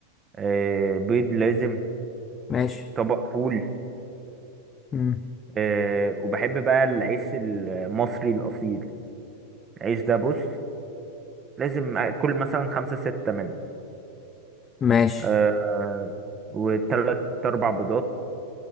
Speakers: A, on the right; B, on the left.
A: أه بيض لازم
B: ماشي
A: طبق فول
B: مم.
A: أه وبحب بقى العيش المصري الاصيل العيش ده بص لازم اكل مثلا خمسة ستة منه
B: ماشي
A: أه وتلات اربع بيضات